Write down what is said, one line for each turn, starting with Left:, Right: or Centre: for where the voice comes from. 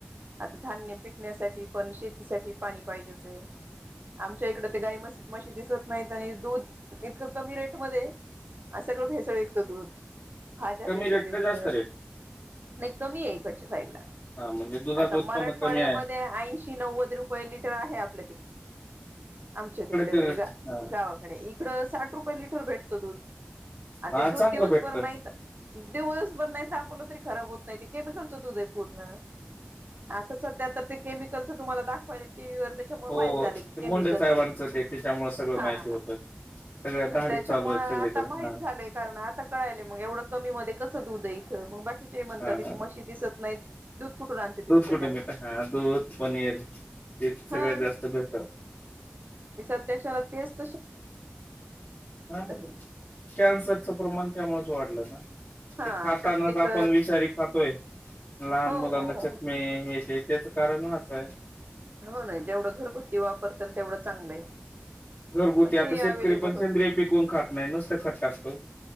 Right: आता धान्य पिकण्यासाठी पण शेतीसाठी पाणी पाहिजेच आमच्या इकड ते गाई मशी मशी दिसत नाहीत आणि दूध इतकं कमी रेटमध्येध्ये सगळं भेसळ एकतं दूध भाज्या
Left: कमी
Right: भेसळयुक्त
Left: रेट का जास्त रेट
Right: नाही कमी आहे इकडच्या साईडला
Left: हा म्हणजे दुधाचं
Right: आता
Left: उत्पन्न
Right: मराठवाड्यामध्ये
Left: कमी आहे.
Right: ऐंशी नव्वद रुपये लिटर आहे आपल्या तिकडे आमच्या तिकडे
Left: ते
Right: म्हणजे
Left: हा
Right: गावाकडे इकड साठ रुपये लिटर भेटत दूध आणि
Left: हा
Right: ते
Left: चांगलं
Right: दूध दिवसभर
Left: भेटत.
Right: नाही दिवसभर नाही तापलं तरी खराब होत नाही ते केमिकलचत उदय पूर्ण आता सध्या तर तेम तुम्हाला दाखय टी व्ही व त्याच्यामुळे
Left: हो
Right: माहित झालं की
Left: ते
Right: केमिकल
Left: मुंडे साहेबांचं ते त्याच्यामुळे सगळं
Right: हा
Left: माहिती होतं. सगळ्या धाडी
Right: त्याच्यामुळे
Left: चालू आहेत
Right: आता
Left: सगळीकडे
Right: माहित
Left: हा
Right: झालंय कारण आता कळाय मग एवढं कमी मध्ये कसं दूध आहे इथं मग म्हणतात
Left: हा
Right: त मशी दिसत नाही दूध कुठून आणते त
Left: कुटब हा दूध पनीर ते सगळ्यात
Right: हा
Left: जास्त भेसा
Right: अध्यक्षर तस
Left: ह मग
Right: आहे
Left: कॅन्सरच प्रमाण त्यामुळेच वाढलं ना
Right: हा
Left: ते खातानाच
Right: प्रत्येक
Left: आपण विषारी खातोय लहान
Right: हो
Left: मुलांना
Right: हो हो
Left: चषमे हे ते त्याच कारण हच आहे
Right: हो ना जेवढं घरगुती वापरता तेवढं चांगलं आहे
Left: घरगुती
Right: पण
Left: आता
Right: ते अवेलेबल
Left: शेतकरी पण
Right: होत
Left: सेंद्रिय पिकवून खात नाही नुसतं खट टाकत